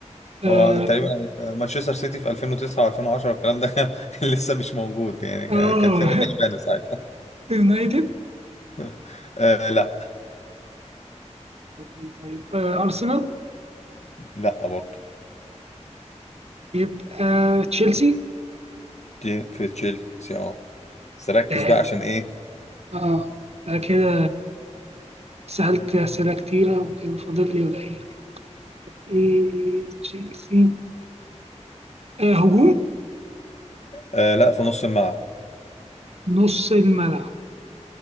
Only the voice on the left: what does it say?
هو تقريبا مانشستر سيتي في 2009 و2010 الكلام ده <laughs> كان لسه مش موجود يعني
كانت فرقه تعبانه ساعتها
<laughs> آه لا
لا برضه
دي في تشيلسي اه بس ركز
بقى عشان ايه
آه لا في نص الملعب